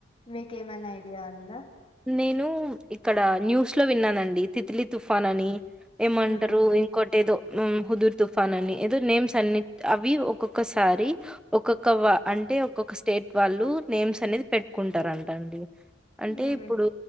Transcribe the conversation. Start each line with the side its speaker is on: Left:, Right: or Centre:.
Left: మీకేమన్నా ఐడియా ఉందా
Centre: నేను ఇక్కడ న్యూస్ లో విన్నానండి తిత్లీ తుఫాన్ అని ఏమంటారు
Left: ఉమ్
Centre: ఇంకోటేదో నున్ హుదుర్ తుఫాన్ అని ఏదో నేమ్స్ అన్ని అవి ఒక్కొక్కసారి ఒక్కొక్క అంటే ఒక్కొక్క స్టేట్ వాళ్ళు నేమ్స్ అనేది పెట్కుంటారం అండి అంటే
Left: ఉహు
Centre: ఇప్పుడు